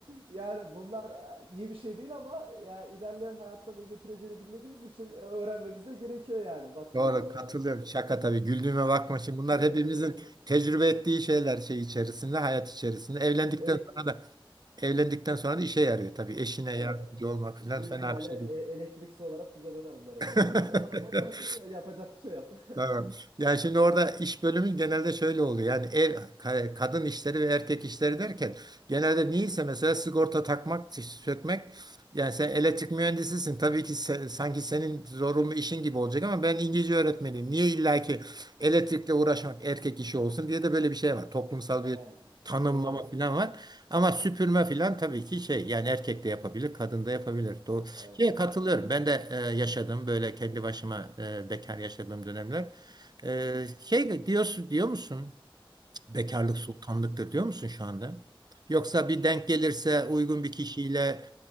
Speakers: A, on the right; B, on the right.
A: Yani bunlar e, iyi bir şey değil ama ya ilerleyen hayatta ne getireceğini bilmediğimiz için e, öğrenmemiz de gerekiyor yani
B: <laughs>
A: baktığınız
B: Doğru
A: zaman
B: katılıyorum.
A: Adem abi.
B: Şaka tabii. Güldüğüme bakma şimdi. Bunlar
A: <laughs>
B: hepimizin tecrübe ettiği şeyler şey içerisinde, hayat içerisinde. Evlendikten
A: Elek
B: sonra
A: e,
B: da evlendikten sonra da işe yarıyor tabii. Eşine
A: evet
B: yardımcı olmak falan
A: e, büyük
B: fena
A: ihtimalle
B: bir şey
A: e-
B: değil.
A: elektriksi olarak bize döner bunlar evlendiğimiz
B: <laughs>
A: zaman ama e, yapacak bir şey yok.
B: Tamam.
A: <laughs>
B: Yani şimdi orada iş bölümü genelde şöyle oluyor. Yani ev, ka- kadın işleri ve erkek işleri derken genelde niyeyse mesela sigorta takmak, s- sökmek. Yani sen elektrik mühendisisin. Tabii ki se- sanki senin zorunlu işin gibi olacak ama ben İngilizce öğretmeniyim. Niye illaki elektrikle uğraşmak erkek işi olsun diye de böyle bir şey var. Toplumsal
A: Yani
B: bir tanımlama
A: doğru.
B: falan var. Ama süpürme falan tabii ki şey yani erkek de yapabilir, kadın da yapabilir.
A: Evet
B: Şeye
A: aynen.
B: katılıyorum. Ben de e, yaşadım böyle kendi başıma e, bekar yaşadığım dönemler. E,
A: Hı-hı.
B: şey diyorsun diyor musun? Cık, Bekarlık
A: Neyi?
B: sultanlıktır diyor musun şu anda? Yoksa bir denk gelirse uygun bir kişiyle